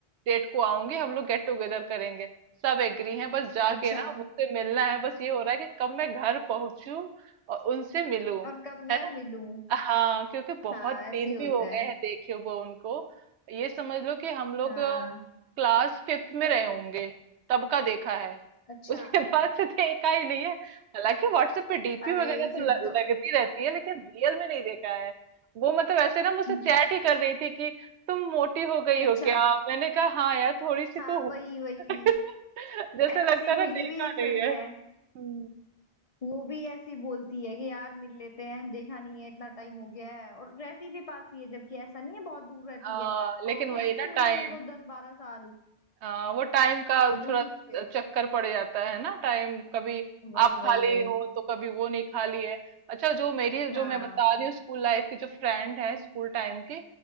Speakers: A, on the right; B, on the left.
A: डेट को आऊंगी हम लोग गेट टुगेदर करेंगे सब एग्री हैं बस जाके
B: अच्छा
A: ना मुझसे मिलना है बस ये हो रहा है कि कब मैं घर पहुंचू और उनसे मिलूं
B: और कब मैं
A: है ना
B: मिलूं
A: हाँ क्योंकि बहुत
B: हाँ
A: दिन
B: ऐसे ही होता
A: भी हो
B: है
A: गए हैं देखे हुए उनको ये समझ लो कि हम लोग
B: हाँ
A: क्लास फिफ्थ में रहे होंगे तब का देखा है
B: अच्छा
A: उसके <laughs> बाद से देखा ही नहीं है हालांकि व्हाट्सएप पे डीपी
B: अरे
A: वगैरह तो
B: फिर
A: ल-
B: तो
A: लगती रहती है लेकिन रियल में नहीं देखा है वो मतलब ऐसे ना मुझसे
B: <laughs>
A: चैट ही कर रही थी कि तुम मोटी हो गई
B: अच्छा
A: हो क्या मैंने कहा हाँ यार थोड़ी सी
B: हाँ
A: तो हूँ
B: वही वही
A: <laughs> जैसे
B: ऐसे
A: लगता है
B: मेरी
A: ना देखा
B: भी एक
A: नहीं
B: फ्रेंड
A: है
B: है
A: हम्म।
B: वो भी ऐसी बोलती है कि यार मिल लेते हैं देखा नहीं है इतना टाइम हो गया है और रहती भी पास ही है जबकि ऐसा नहीं है बहुत दूर रहती
A: आ,
B: है
A: लेकिन
B: हो गया
A: वही
B: उससे
A: ना
B: मिले
A: टाइम
B: मेरे को दस बारह साल
A: आ, वो टाइम का
B: मिलूंगी
A: थोड़ा
B: उससे
A: चक्कर पड़ जाता है ना टाइम कभी
B: वही
A: आप
B: वही
A: खाली
B: वही
A: हो तो कभी वो नहीं खाली है अच्छा जो मेरी जो
B: हाँ
A: मैं बता रही हूँ स्कूल लाइफ की जो फ्रेंड है स्कूल टाइम की